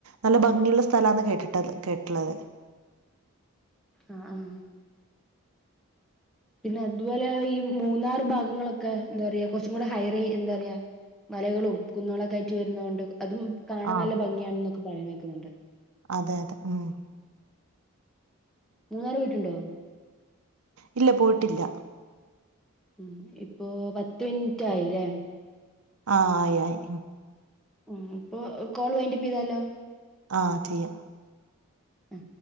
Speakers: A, on the right; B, in the centre.
A: നല്ല ഭംഗിയുള്ള സ്ഥലാന്ന് കേ ട്ടത് കേട്ടിട്ടുള്ളത്
B: ആഹ് ആഹ് പിന്നെ അതുപോലെ ഈ മൂന്നാറ് ഭാഗങ്ങളൊക്കെ എന്താ പറയാ കൊറച്ചും കൂടെ ഹൈറേ എന്താ പറയാ മലകളും കുന്നുകളായിട്ട് വരുന്നകൊണ്ട് അതും കാണാൻ
A: ആ
B: നല്ല ഭംഗിയാണെന്നൊക്കെ പറയുന്ന കേക്കുന്നുണ്ട്
A: അതെ അതെ ഉം
B: മൂന്നാറ് പോയിട്ടുണ്ടോ
A: ഇല്ല പോയിട്ടില്ല
B: ഉ ഇപ്പൊ പത്ത് മിനിറ്റ് ആയില്ലേ
A: ആ ആയി ആയി
B: ഉ ഇപ്പൊ കോൾ വൈറ്റപ്പ് ചൈതാലോ
A: ആ ചെയ്യാം
B: ആ